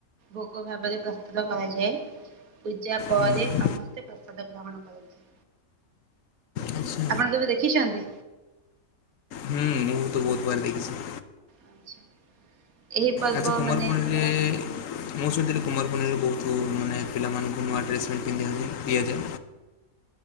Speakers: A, on the right (about 75°); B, on the left (about 70°).
A: ଭୋଗ ଭାବରେ ପ୍ରସ୍ତୁତ କରାଯାଏ ପୂଜା ପରେ
B: ହୁଁ
A: ସମସ୍ତେ ପ୍ରସାଦ ଗ୍ରହଣ କରନ୍ତି।
B: ଆଚ୍ଛା
A: ଆପଣ କେବେ ଦେଖିଛନ୍ତି?
B: ହୁଁ। ବହୁତ ବାର ଦେଖିଛି।
A: ଆଛା ଏହି ପର୍ବ
B: ଆଛା କୁମାରପୂର୍ଣ୍ଣିମାରେ
A: ମାନେ ଆମର
B: ମୁଁ ଶୁଣିଥିଲି କୁମାରପୁଣ୍ଣିମାରେ ବହୁତ ମାନେ ପିଲମାନଙ୍କୁ ନୂଆ ଡ୍ରେସ ପ୍ୟାଣ୍ଟ ପିଧିଥାନ୍ତି ଦିଆଯାଏ।